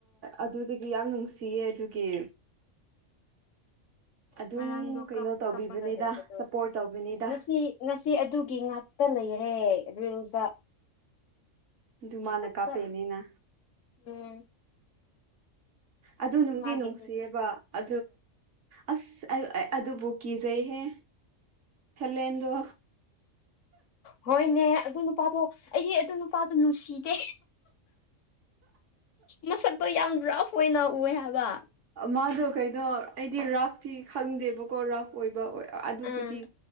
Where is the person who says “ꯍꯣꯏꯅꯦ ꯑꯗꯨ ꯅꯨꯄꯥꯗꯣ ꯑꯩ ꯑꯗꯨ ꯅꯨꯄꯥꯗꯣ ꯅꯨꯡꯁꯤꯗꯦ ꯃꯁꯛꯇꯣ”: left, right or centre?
Left